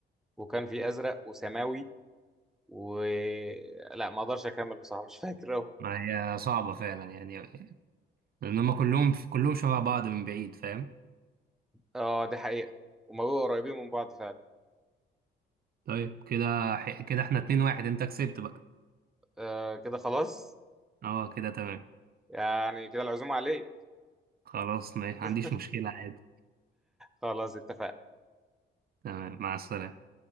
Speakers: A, in the centre; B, on the right.
A: وكان في ازرق وسماوي و لا ما اقدرش اكمل بصراحه مش فاكر أوي
B: ما هي صعبة فعلا يعني لأن هم كلهم كلهم شبه بعض من بعيد فاهم؟
A: اه دي حقيقه هما بيبقوا قريبين من بعض فعلا
B: طيب كده ح- كده احنا اتنين واحد أنت كسبت بقى
A: آه كده خلاص
B: اه كده تمام
A: يعني كده العزومه عليه
B: خلاص ما
A: <laughs>
B: عنديش مشكلة عادي
A: خلاص اتفقنا
B: تمام مع السلامة